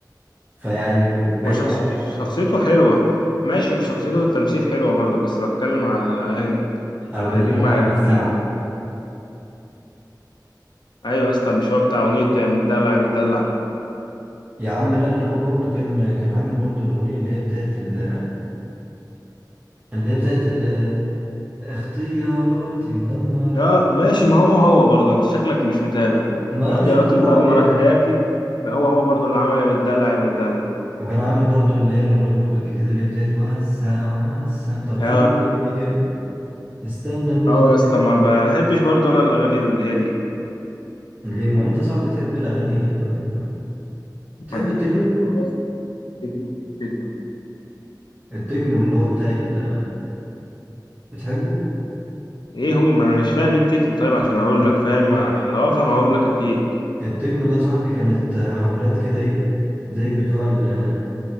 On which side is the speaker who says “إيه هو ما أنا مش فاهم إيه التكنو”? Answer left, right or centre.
Left